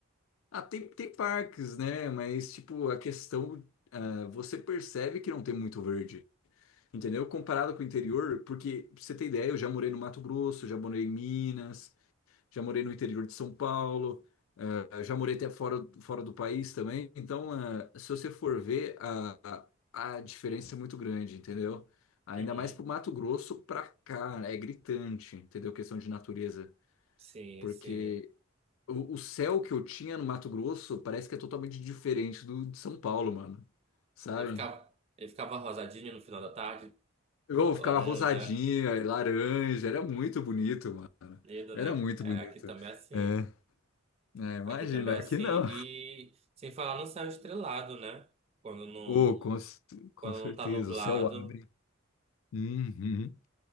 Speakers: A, on the left; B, on the right.
A: Ah, tem, tem parques, né? Mas, tipo, a questão, ah, você percebe que não tem muito verde. Entendeu? Comparado com o interior, porque pra você ter ideia, eu já morei no Mato Grosso, já morei em Minas, já morei no interior de São Paulo, eh, já morei até fora, fora do país também. Então, eh, se você for ver, a, a a diferença é muito grande, entendeu? Ainda
B: Uhum.
A: mais pro Mato Grosso pra cá, né? é gritante, entendeu? Questão de natureza.
B: Sim,
A: Porque
B: sim.
A: o, o céu que eu tinha no Mato Grosso parece que é totalmente diferente do de São Paulo, mano. Sabe?
B: Ele ficava, ele ficava rosadinho no final da tarde,
A: Eu
B: laranja,
A: ficava rosadinha, laranja, era muito bonito, mano.
B: lindo,
A: Era
B: né?
A: muito
B: É,
A: bonito.
B: aqui também é assim.
A: É, né, imagina,
B: Aqui também é
A: aqui
B: assim.
A: não.
B: E sem falar no céu estrelado, né? Quando não,
A: Oh, com, c- com
B: quando
A: certeza,
B: não tá nublado.
A: o céu abre. Uhum,